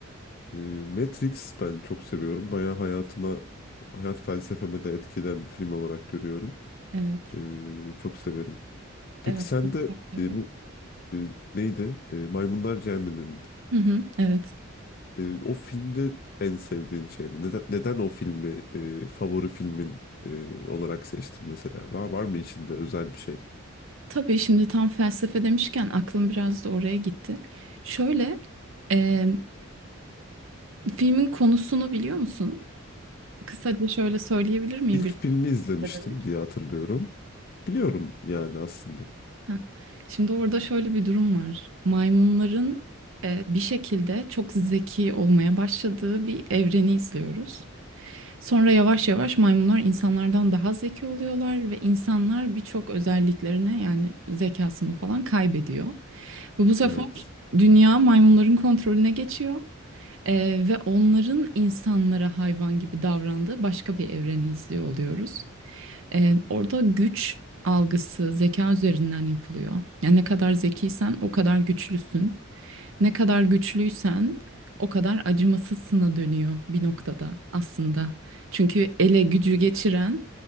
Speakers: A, on the left; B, on the right.
A: Ee, Matrix ben çok seviyorum. Bayağı hayatıma, hayat felsefeme de etkilen bir film olarak görüyorum.
B: Evet.
A: Ee, çok severim. Peki
B: Evet.
A: sen
B: çok
A: de
B: felsefik.
A: e, bu e, neydi? E, Maymunlar Cehennemi miydi?
B: Hı hı, evet.
A: E, o filmde en sevdiğin şey ne? Neden, neden o filmi e, favori filmin e, olarak seçtin mesela? Var, var mı içinde özel bir şey?
B: Tabii şimdi tam felsefe demişken aklım biraz da oraya gitti. Şöyle, eee, filmin konusunu biliyor musun? Kısaca şöyle söyleyebilir miyim
A: İlk
B: bir
A: filmi izlemiştim
B: şeyleri?
A: diye hatırlıyorum. Biliyorum yani aslında.
B: Heh. Şimdi orada şöyle bir durum var. Maymunların e, bir şekilde çok zeki olmaya başladığı bir evreni izliyoruz. Sonra yavaş yavaş maymunlar insanlardan daha zeki oluyorlar ve insanlar birçok özelliklerini yani zekasını falan kaybediyor. Ve bu sefer
A: Evet.
B: dünya maymunların kontrolüne geçiyor e, ve onların insanlara hayvan gibi davrandığı başka bir evreni izliyor oluyoruz. Ee, orada güç algısı zeka üzerinden yapılıyor. Yani ne kadar zekiysen o kadar güçlüsün. Ne kadar güçlüysen o kadar acımasızsına dönüyor bir noktada aslında. Çünkü ele gücü geçiren